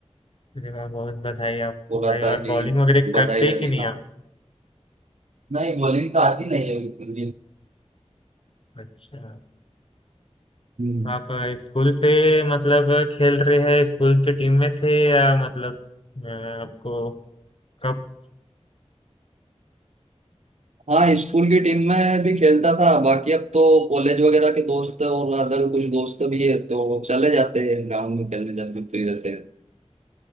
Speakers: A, on the left; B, on the right.
A: अरे वाह बहुत बधाई आपको
B: बोला
A: भाई
B: था
A: और
B: कि
A: बॉलिंग वगैरह करते
B: बधाई या
A: हैं कि
B: दी
A: नहीं
B: हाँ
A: आप
B: नहीं बॉलिंग तो आती नहीं है बिल्कुल
A: अच्छा
B: भी
A: तो आप अ, स्कूल से मतलब खेल रहे हैं स्कूल के टीम में थे या मतलब अ, आपको कब
B: हाँ स्कूल की टीम में भी खेलता था बाकी अब तो कॉलेज वगैरह के दोस्त और अदर कुछ दोस्त भी है तो चले जाते हैं ग्राउंड में खेलने जब भी फ्री रहते हैं